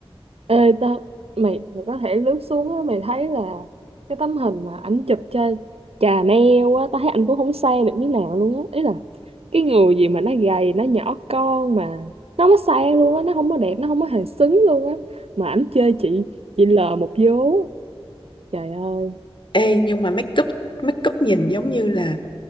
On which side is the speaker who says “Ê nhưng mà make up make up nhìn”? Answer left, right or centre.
Left